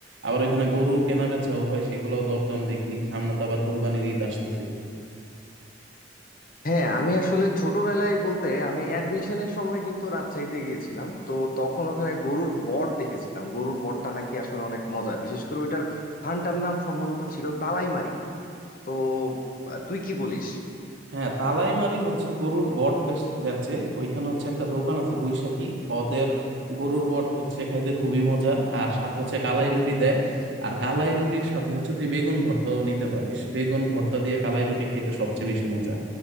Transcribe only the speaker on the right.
আবার ওইখানে গরু কেনা বেচাও হয় সেগুলো দরদাম দেখলি সামনে তো আবার কোরবানির ঈদ আসতেছে
হ্যাঁ তালাইমারি হচ্ছে গরুর বট বেচ- বেচে ওইখানে হচ্ছে একটা দোকান আছে বৈশাখী ওদের গরুর বট হচ্ছে খাইতে খুবই মজা আর সাথে হচ্ছে কালাই রুটি দেয় আর কালাই রুটির সাথে হচ্ছে তুই বেগুন ভর্তাও নিতে পারিস বেগুন ভর্তা দিয়ে কালাই রুটি খাইতে সবচেয়ে বেশি মজা